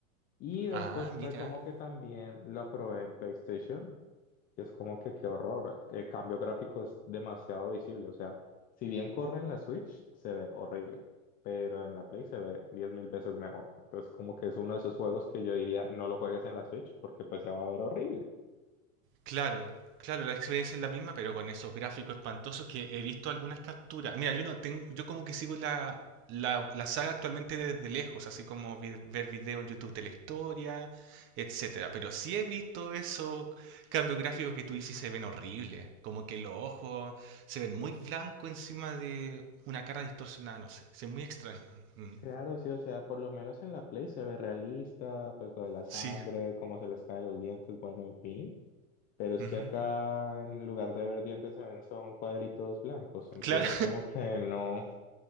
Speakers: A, on the left; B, on the right.
A: Y después
B: Ah, mira.
A: fue como que también la probé en PlayStation. Y es como que qué horror. El cambio gráfico es demasiado visible. O sea, si bien corre en la Switch, se ve horrible. Pero en la Play se ve 10.000 veces mejor. Entonces, como que es uno de esos juegos que yo diría, no lo juegues en la Switch porque pues se va a ver horrible.
B: Claro, claro, la experiencia es la misma, pero con esos gráficos espantosos que he visto algunas capturas. Mira, yo no tengo, yo como que sigo la, la, la saga actualmente desde lejos, así como vi- ver video en YouTube de la historia, etcétera. Pero sí he visto esos cambios gráficos que tú dices y se ven horribles, como que los ojos se ven muy blancos encima de una cara distorsionada, no sé, es muy extraño. Mm,
A: Claro, sí, o sea, por lo menos en la Play se ve realista, pues lo de la sangre,
B: Sí,
A: cómo se les caen los dientes, bueno, en fin. Pero es
B: ujú.
A: que acá en lugar de ver dientes se ven son cuadritos blancos, entonces
B: Claro,
A: es como que no,